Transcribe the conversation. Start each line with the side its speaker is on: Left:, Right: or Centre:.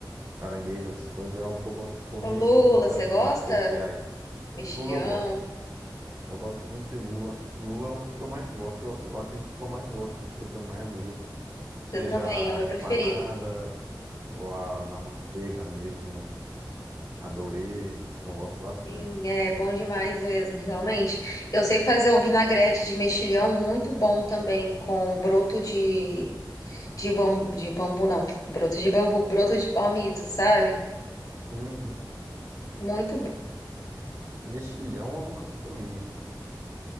Right: caranguejo, essas coisas é algo que eu gosto de comer
Left: O Lula,
Right: em ocasiões
Left: você gosta?
Right: especiais.
Left: Mexilhão.
Right: Lula eu gosto. Eu gosto muito de lula. Lula é um dos que eu mais gosto. Eu, eu acredito que eu mais gosto do fruto do mar é lula. Seja
Left: Eu também, é o meu
Right: empanada
Left: preferido.
Right: ou a- na manteiga mesmo. Adorei. Eu gosto bastante.
Left: Sim, é bom demais mesmo, realmente. Eu sei fazer um vinagrete de mexilhão muito bom também, com broto de, de bambu, de bambu não, broto de bambu, broto de palmito, sabe?
Right: Uhum.
Left: Muito bom.
Right: Mexilhão eu nunca comi.